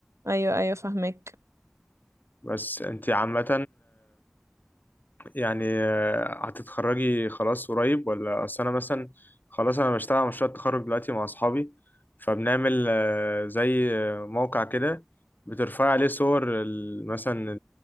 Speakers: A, on the right; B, on the left.
A: ايوه ايوه فاهمك
B: بس انتي عامة يعني آه، هتتخرجي خلاص قريب ولا اصل انا مثلا خلاص انا بشتغل على مشروع التخرج دلوقتي مع اصحابي فبنعمل آه، زي آه، موقع كده بترفع عليه صور ال- مثلا